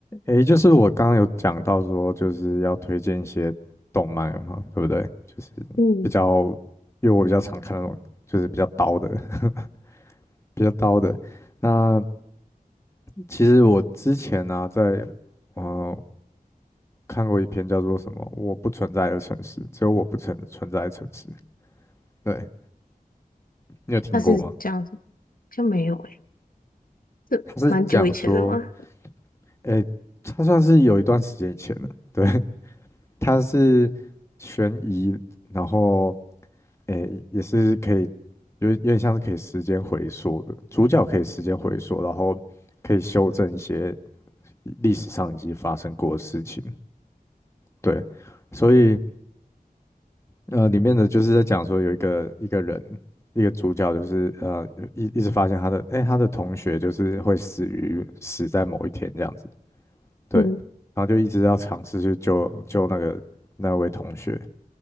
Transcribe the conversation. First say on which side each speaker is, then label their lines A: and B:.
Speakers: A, on the left (about 15°); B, on the left (about 65°).
A: 诶，就是我刚刚有讲到说，就是要推荐一些动漫嘛，对不对？就是比较，
B: 嗯，
A: 因为我比较常看那种，就是比较刀的，<laughs> 比较刀的。那其实我之前呢、在呃看过一篇叫做什么“我不存在的城市”，只有我不存存在的城市。对，你有听过吗？
B: 他是这样子，像没有诶、这蛮久以前的嘛。
A: 他是讲说，诶，他算是有一段时间以前的，对，<laughs> 他是悬疑，然后。诶，也是可以，有有点像是可以时间回溯的，主角可以时间回溯，然后可以修正一些历史上已经发生过的事情。对，所以呃，里面的就是在讲说有一个一个人，一个主角就是呃一一直发现他的，哎，他的同学就是会死于死在某一天这样子，对，
B: 嗯，
A: 然后就一直要尝试去救救那个那位同学，